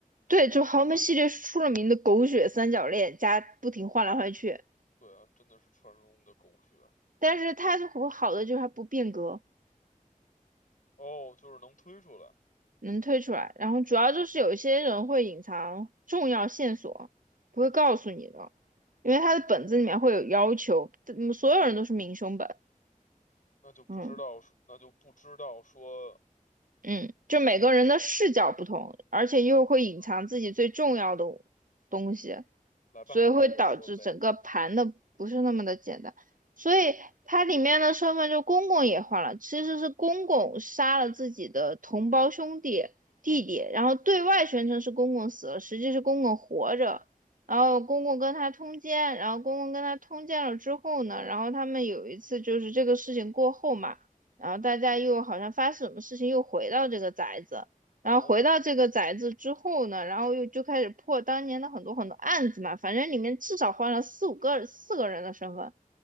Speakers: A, on the right; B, on the left.
A: 对，就豪门系列是出了名的狗血三角恋，加不停换来换去，
B: 对啊，真的是传说中的狗血。
A: 但是它好的就是它不变革。
B: 哦，就是能推出来，
A: 能推出来。然后主要就是有一些人会隐藏重要线索，不会告诉你的，因为他的本子里面会有要求，嗯，所有人都是明凶本，
B: 那就不知道是那就不知道说，
A: 嗯嗯，就每个人的视角不同，而且又会隐藏自己最重要的
B: 嗯，
A: 东西，
B: 来吧，
A: 所以会导致整个盘的不是那么的简单。
B: 你接着说呗。
A: 所以它里面的身份就公公也换了，其实是公公杀了自己的同胞兄弟弟弟，然后对外宣称是公公死了，实际是公公活着。然后公公跟他通奸，然后公公跟他通奸了之后呢，然后他们有一次就是这个事情过后嘛，然后大家又好像发生什么事情又回到这个宅子，然后回到这个宅子之后呢，
B: 然后呢，
A: 然后又就开始破当年的很多很多案子嘛，反正里面至少换了四五个四个人的身份，